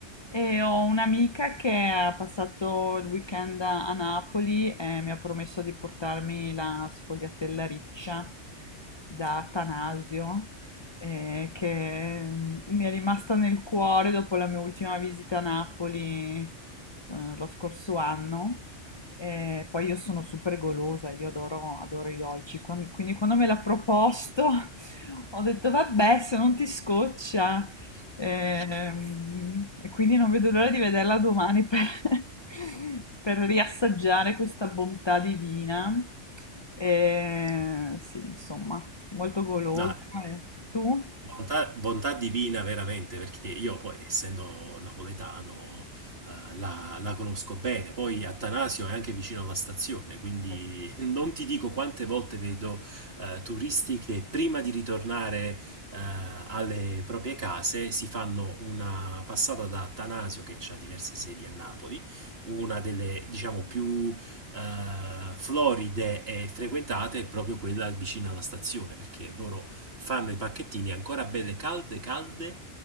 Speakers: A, on the left; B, on the right.
A: E ho un'amica che ha passato il weekend a a Napoli e mi ha promesso di portarmi la sfogliatella riccia da Atanasio, eh, che mm, mi è rimasta nel cuore dopo la mia ultima visita a Napoli, eh, lo scorso anno. E poi io sono super golosa, io adoro, adoro i dolci, Quan- quindi quando me l'ha proposto <laughs> ho detto vabbè, se non ti scoccia. Ehm, E, quindi non vedo l'ora di vederla domani per, <laughs> per riassaggiare questa bontà divina. E, sì, insomma, molto golosa.
B: No,
A: E tu?
B: bontà, bontà divina veramente, perché io poi, essendo napoletano, eh, la, la conosco bene. Poi Attanasio è anche vicino alla stazione, quindi
A: Eh sì.
B: <laughs> non ti dico quante volte vedo eh, turisti che prima di ritornare eh, alle proprie case si fanno una passata da Attanasio, che ha diverse sedi a Napoli, una delle, diciamo, più eh, floride e frequentate è proprio quella vicina alla stazione, perché loro fanno i pacchettini ancora belle calde, calde, eh,